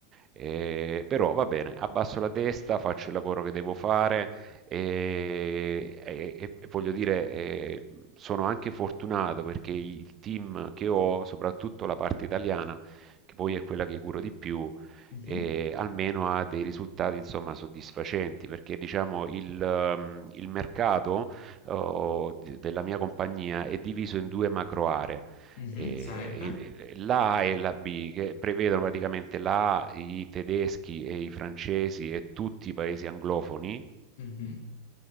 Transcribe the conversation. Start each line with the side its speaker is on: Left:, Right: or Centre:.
Right: Eh, però va bene, abbasso la testa, faccio il lavoro che devo fare e, e- e- e voglio dire, eh, sono anche fortunato perché il team che ho, soprattutto la parte italiana, che poi è quella che curo di più,
Left: Mhm,
Right: eh, almeno ha dei risultati insomma soddisfacenti perché diciamo il, ehm, il mercato oh, di- della mia compagnia è diviso in due macro aree
Left: mhm,
Right: e
Left: sarebbe.
Right: la A e la B che prevedono praticamente la A, i tedeschi e i francesi e tutti i paesi anglofoni,
Left: Mhm.